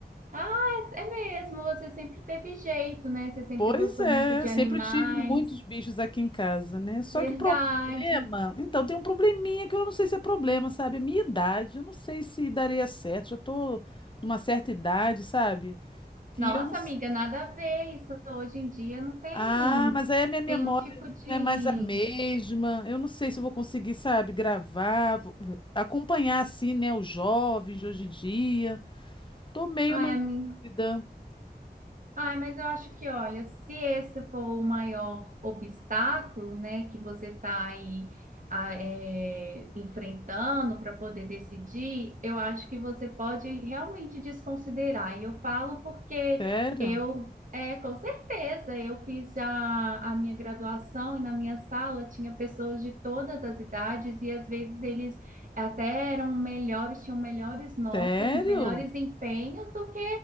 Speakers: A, on the right; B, on the left.
A: ah, é mesmo. Você sempre teve jeito, né? Você sempre
B: Pois
A: gostou
B: é,
A: muito de
B: sempre
A: animais.
B: eu tive muitos bichos aqui em casa, né? Só
A: Verdade.
B: que o problema, então tem um probleminha que eu não sei se é problema, sabe? A minha idade, eu não sei se daria certo. Já tô numa certa idade, sabe? Que
A: Nossa,
B: eu não
A: amiga, nada a ver. Isso hoje em dia não tem
B: Ah, mas aí a minha memória
A: nenhum tipo de.
B: não é mais a mesma. Eu não sei se eu vou conseguir, sabe, gravar, vo- acompanhar assim, né, os jovens de hoje em dia. Tô meio
A: Ai,
B: na dúvida.
A: amiga. Ai, mas eu acho que, olha, se esse for o maior obstáculo, né, que você está aí a- é, enfrentando para poder decidir, eu acho que você pode realmente desconsiderar. E eu falo porque
B: Sério?
A: eu, é, com certeza, eu fiz já a minha graduação e na minha sala tinha pessoas de todas as idades e às vezes eles até eram melhores, tinham melhores notas,
B: Sério?
A: melhores empenhos do que